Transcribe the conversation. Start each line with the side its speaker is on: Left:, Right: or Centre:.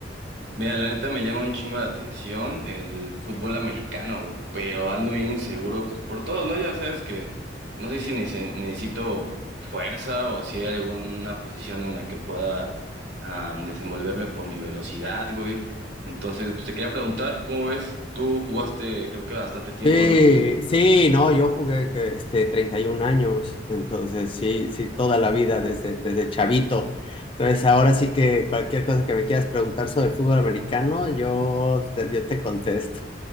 Right: Mira, la neta me llama un chingo de atención el fútbol americano, güey, pero ando bien inseguro, pues por todo, ¿no? Ya sabes que no sé si nece- necesito fuerza o si hay alguna posición en la que pueda am, desenvolverme por mi velocidad, güey. Entonces, pues te quería preguntar, ¿cómo ves? Tú jugaste creo que bastante tiempo,
Left: Sí,
Right: ¿no?
Left: sí, no, yo jugué que, este, 31 años, entonces sí, sí, toda la vida desde, desde chavito. Entonces ahora sí que cualquier cosa que me quieras preguntar sobre el fútbol americano, yo, te- yo te contesto.